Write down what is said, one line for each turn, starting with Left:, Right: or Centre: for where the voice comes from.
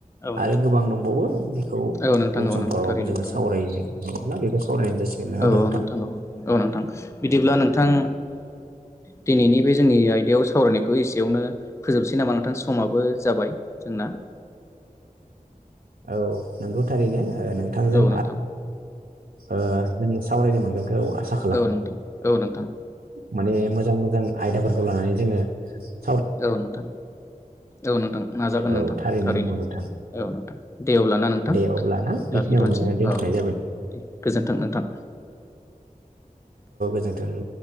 Left: नोंथां
Right: आरो गोबां दंबावो बेखौ
Left: औ नोंथां
Right: उन
Left: औ
Right: समफोराव
Left: नंगौ थारैनो
Right: जोङो
Left: दङ
Right: सावरायनो मोनोब्ला बेखौ सावरायनाय जासिगोन नङा
Left: औ
Right: होमबा
Left: औ नोंथां औ नोंथां बिदिब्ला नोंथां दिनैनि बे जोंनि आयदायाव सावरायनायखौ एसेयावनो फोजोबसै नामा नोंथां समाबो जाबाय जोंना <inaudible>
Right: औ नोंथांजों
Left: औ नोंथां
Right: अ जों सावरायनो मोनगोनखौ आसा
Left: औ नोंथां औ नोंथां
Right: माने मोजां मोजां आयदाफोर
Left: औ नोंथां औ नोंथां नाजागोन
Right: औ
Left: नोंथां थारैनो
Right: नंगौ नोंथां
Left: औ नोंथां दे अब्लाना नोंथां
Right: दे अब्ला ना बेखिनियावनो
Left: लाखिथ'नोसै
Right: दोनथ'नाय
Left: औ दे गोजोन्थों नोंथां।
Right: जाबाय नोंथां